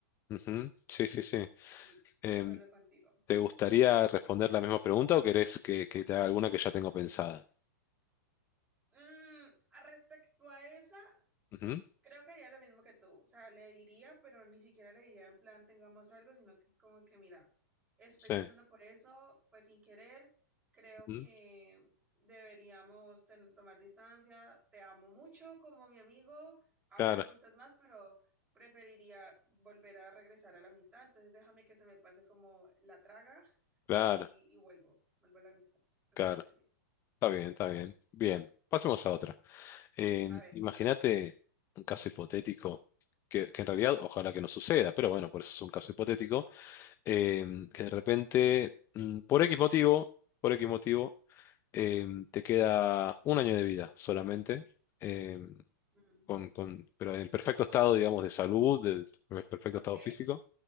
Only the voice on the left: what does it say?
Ujú, Sí, sí, sí.
Em,
¿te gustaría responder la misma pregunta o querés que, que te haga alguna que ya tengo pensada?
Ujú,
Sí.
ujú,
Claro,
claro,
claro.
Está bien, está bien. Bien,
pasemos
a otra. Em,
imagínate
un caso hipotético. Que, que
en realidad ojalá que no suceda, pero bueno, por eso es un caso hipotético, em,
que de repente, mm, por X motivo, por X motivo, em, te queda un año de vida solamente, em,
con, con- pero en perfecto estado, digamos, de salud, de per- perfecto
estado físico,